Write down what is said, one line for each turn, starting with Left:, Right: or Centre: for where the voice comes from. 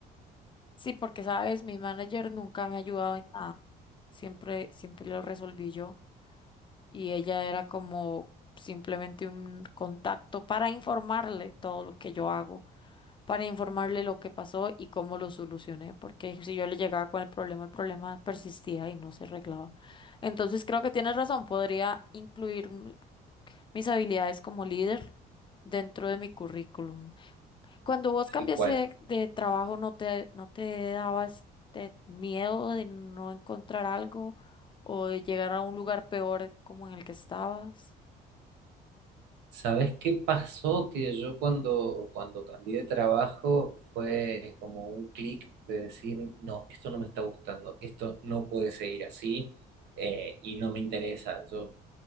Left: Sí, porque sabes, mi manager nunca me ha ayudado en nada. Siempre, siempre lo resolví yo. Y ella era como simplemente un contacto para informarle todo lo que yo hago, para informarle lo que pasó y cómo lo solucioné. Porque si yo le llegaba con el problema, el problema persistía y no se arreglaba. Entonces creo que tienes razón, podría incluir m- mis habilidades como líder dentro de mi currículum. Cuando vos
Right: tal
Left: cambiaste
Right: cual.
Left: de, de trabajo, ¿no te, no te daba este miedo de no encontrar algo o de llegar a un lugar peor como en el que estabas?
Right: ¿Sabes qué pasó? Que yo cuando, cuando cambié de trabajo fue como un clic de decir, no, esto no me está gustando, esto no puede seguir así eh, y no me interesa. Yo